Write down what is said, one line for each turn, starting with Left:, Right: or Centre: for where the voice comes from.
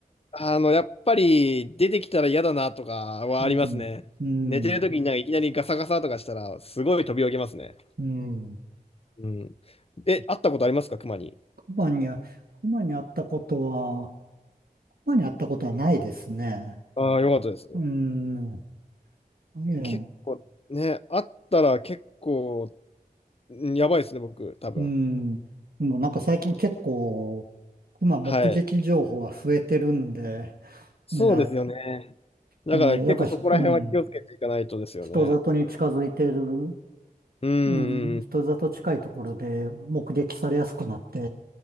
Left: あの、やっぱり出てきたら嫌だなとかはありますね。
Right: うん。うん。
Left: 寝てる時になんかいきなりガサガサとかしたら、すごい飛び起きますね。
Right: うん。
Left: うん。え、会ったことありますか、熊に。
Right: 熊には、熊に会ったことは、熊に会ったことはないですね。
Left: ああ、よかったです。
Right: うん。ええ。
Left: 結構、ね、会ったら結構、んやばいですね、僕、多分。
Right: うん。もうなんか最近結構、熊目撃情報は増えてるんで、
Left: はい。そうですよね。
Right: ね
Left: だから結構そこら辺は気をつけていかないとですよね。
Right: え、えーやっぱひ、うん、人里に近づいてる、
Left: うん、う
Right: うん、
Left: んうん
Right: 人里近いところで目撃されやすくなって